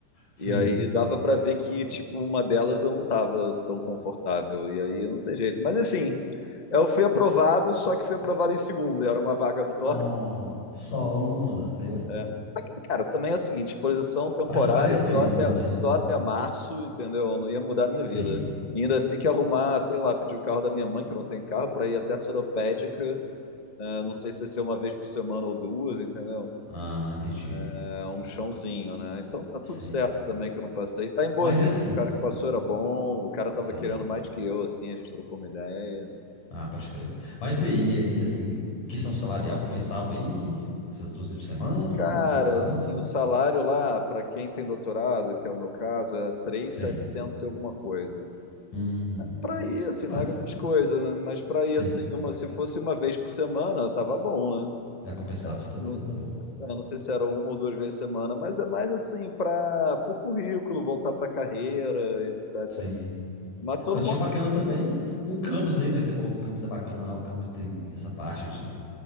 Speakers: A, on the left (about 80°); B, on the left (about 50°).
A: sim.
B: E aí dava pra ver que, tipo, uma delas eu não tava tão confortável. E aí não tem jeito. Mas enfim, eu fui aprovado, só que fui aprovado em segundo. e Era uma vaga só.
A: Não, só uma, aí é foda.
B: É. Aqui, cara, também é o seguinte, posição temporária
A: Mas que vale a experiência
B: só até,
A: também,
B: só
A: né?
B: até março, entendeu? Eu Não ia mudar a minha
A: Sim.
B: vida. E ainda ter que arrumar, sei lá, pedir o carro da minha mãe, que não tem carro, pra ir até a Soropédica, eh, não sei se vai ser uma vez por semana ou duas, entendeu?
A: Ah, entendi.
B: É um chãozinho, né? Então tá tudo
A: Sim.
B: certo também que eu não passei. Tá em boas
A: Mas
B: mãos,
A: e assim,
B: o cara que passou era bom, o cara tava
A: sim.
B: querendo mais que eu, assim, a gente trocou uma ideia.
A: Ah, pode crer. Mas e aí, e aí assim, questão salarial compensava aí? Essas duas vezes por semana,
B: Cara,
A: não compensava?
B: assim, o salário lá, pra quem tem doutorado, que é o meu caso, é três mil e
A: Sim.
B: setecentos e alguma coisa.
A: Hum.
B: Pra ir, assim,
A: Mas,
B: não é grande coisa, né? Mas pra
A: sim.
B: ir, assim, uma, se fosse uma vez por semana, tava bom, né?
A: Já compensava, você tá
B: Eu
A: doido?
B: não,
A: Tá bom.
B: eu não sei se era uma ou duas vezes por semana, mas é mais assim, pra, por currículo, voltar pra carreira, etc,
A: Sim.
B: né? Mas tô
A: Ó,
B: numa.
A: tinha o bacana também. O campus aí, né? Que você falou que o campus é bacana lá. O campus tem essa parte de